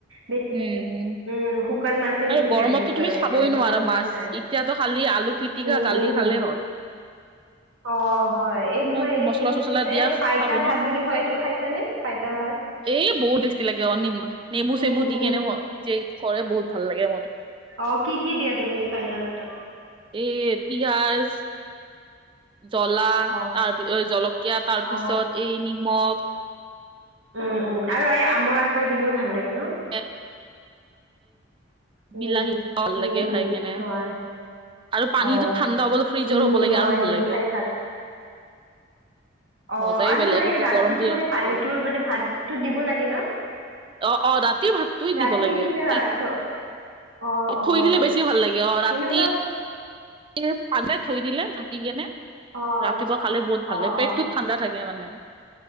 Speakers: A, on the right; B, on the right.
A: বেছি
B: উম
A: উম শুকান মাছে বেছি
B: আৰু গৰমতটো
A: ফেভৰেট হয়
B: তুমি
A: সেইকাৰণে
B: খাবই নোৱাৰা
A: শুকান মাছে
B: মাছ
A: খায়
B: এতিয়াতো খালি আলু পিটিকা
A: উম
B: দালি
A: উম
B: খালেই হ'ল। <inaudible>
A: অ হয় এই
B: ইমান
A: তোমাৰ এইটো
B: মচলা চচলা
A: কি
B: দিয়া
A: এই পাইতা
B: খাব
A: ভাত বুলি হয় তো খাইছা নে পইতা ভাত
B: এ বহুত টেষ্টি লাগে অ নেমু চেমু
A: উম
B: দি
A: উম
B: কেনে ম যে কৰে বহুত ভাল লাগে মোৰ
A: অ কি কি দিয়া তুমি পইতা ভাতত?
B: এ পিয়াজ জলা
A: অ
B: তাৰপি জলকীয়া তাৰ পিছত,
A: অ
B: এই নিমখ
A: উম উম আৰু এই আমৰ আচাৰ দিলেও ভাল লাগে ন?
B: তেল
A: উম,
B: বিলাহী ভাল
A: উম,
B: লাগে
A: উম, উম
B: খাই কেনে
A: হয়
B: আৰু পানীটো
A: অ',
B: ঠাণ্ডা হ'ব লাগে ফ্ৰিজৰ
A: উম,
B: হ'ব লাগে
A: হয়
B: আৰু ভাল
A: সেইবোৰ
B: লাগে।
A: খাই অ
B: মজাই
A: আৰু
B: বেলেগ
A: তোমাৰ
B: এইটো
A: এই ৰাতিটো
B: গৰম দিনত
A: মানে
B: সেইটো
A: পানীটো
B: খালে
A: মানে ভাততো দিব লাগে ন?
B: অ অ ৰাতিৰ ভাতটো
A: ৰাতিয়ে
B: দিব লাগে
A: দি কিনে
B: ই
A: ৰা থ- অ', অ',
B: থৈ দিলে বেছি ভাল লাগে অ
A: সেনেকুৱা
B: ৰাতি সে পালে থৈ দিলে ঢাকি কেনে
A: অ',
B: ৰাতিপুৱা খালে বহুত ভাল
A: অ',
B: লাগে পেটটোত
A: অ',
B: ঠাণ্ডা থাকে মানে